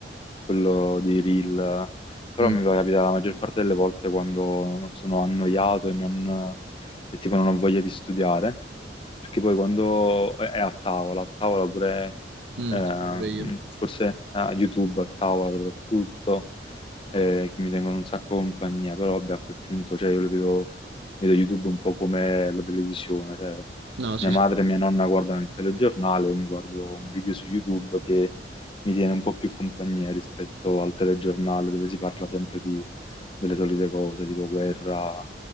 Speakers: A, on the left (about 30°); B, on the right (about 80°).
A: quello di reel, però
B: Mm,
A: mi capita la maggior parte delle volte quando sono annoiato e, non, e tipo non ho voglia di studiare, perché poi quando è a tavola, a tavola pure
B: mm,
A: eh,
B: sì, pure io.
A: forse a YouTube a tavola soprattutto, eh, che mi tengono un sacco compagnia, però vabbè, a quel punto cioè, io le vedo, vedo YouTube un po' come la televisione. cioè,
B: No, sì,
A: mia madre
B: sì.
A: e mia nonna guardano il telegiornale, io mi guardo un video su YouTube che mi tiene un po' più compagnia rispetto al telegiornale dove si parla sempre di, delle solite cose, tipo guerra,